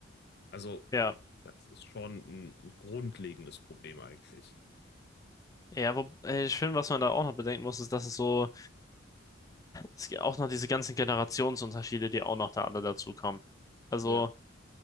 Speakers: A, on the left; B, on the left.
A: Also,
B: ja.
A: das ist schon ein, ein grundlegendes Problem eigentlich.
B: Ja, wo, äh, ich finde, was man da auch noch bedenken muss, ist, dass es so, es gibt auch noch diese ganzen Generationsunterschiede, die auch noch da alle dazukommen. Also,
A: Ja.